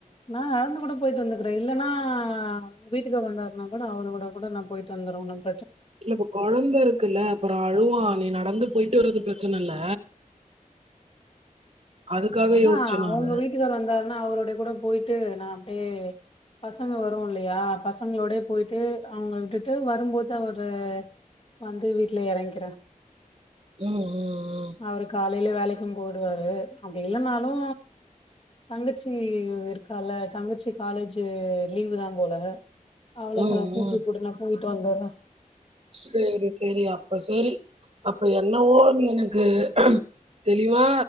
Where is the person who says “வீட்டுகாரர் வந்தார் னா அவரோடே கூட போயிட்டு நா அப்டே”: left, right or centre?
Left